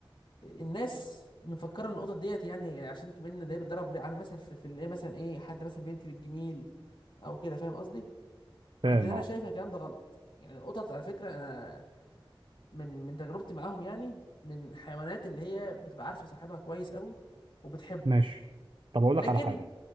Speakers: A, on the left; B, on the right.
A: الناس مفكره ان القطط ديت يعني عشان كمان ده بيتدرب على مثل في في اللي هي مثلا ايه حد مثلا بينكر الجميل او كده فاهم قصدي
B: فاهم
A: لكن انا
B: اه
A: شايف ان الكلام ده غلط يعني القطط على فكره انا من من تجربتي معاهم يعني من حيوانات اللي هي بتبقى عارفه صاحبها كويس قوي وبتحبه
B: ماشي طب اقول
A: لكن
B: لك على حاجه